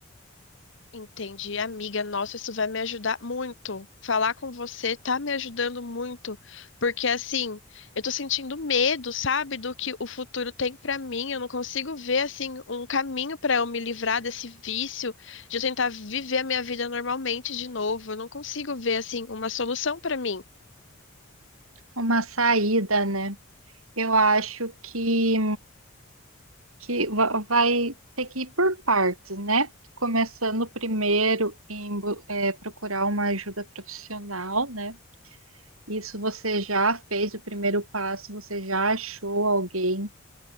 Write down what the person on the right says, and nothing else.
Uma saída, né? Eu acho que, que va- vai ter que ir por partes, né? Começando primeiro em bu- eh, procurar uma ajuda profissional, né? Isso você já fez o primeiro passo, você já achou alguém